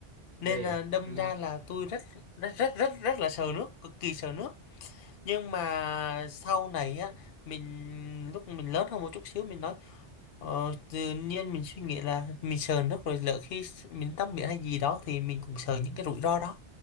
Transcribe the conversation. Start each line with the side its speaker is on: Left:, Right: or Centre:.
Right: ghê
Left: nên là
Right: vậy
Left: đâm
Right: ừ
Left: ra là tôi rất rất rất rất rất là sợ nước cực kỳ sợ nước nhưng mà sau này á mình lúc mình lớn hơn một chút xíu mình nói Ờ, tự nhiên mình suy nghĩ là mình sợ nước rồi lỡ khi s- mình tắm biển hay gì đó thì mình cũng sợ những cái rủi ro đó